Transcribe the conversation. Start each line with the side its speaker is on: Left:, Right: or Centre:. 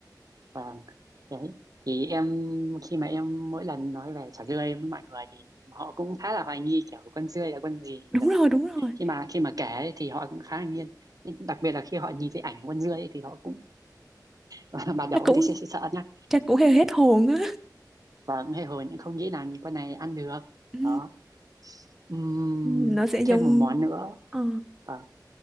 Right: Vâng, đấy. Thì em khi mà em mỗi lần nói về chả dươi với mọi người thì họ cũng khá là hoài nghi kiểu con dươi là con gì
Centre: đúng
Right: rồi
Centre: rồi đúng rồi
Right: khi mà khi mà kể ấy thì họ cũng khá là nghiêng Nhưng đặc biệt là khi họ nhìn thấy ảnh con dươi ấy thì họ cũng <laughs> ban đầu
Centre: chắc
Right: cũng
Centre: cũng
Right: thấy <laughs> sợ sợ sợ nhá
Centre: chắc cũng hơi hết hồn á
Right: và cũng hay hồi những không nghĩ là con này ăn được
Centre: Ừ,
Right: đó Ừm,
Centre: nó sẽ giống
Right: thêm một món nữa
Centre: ờ,
Right: Vâng.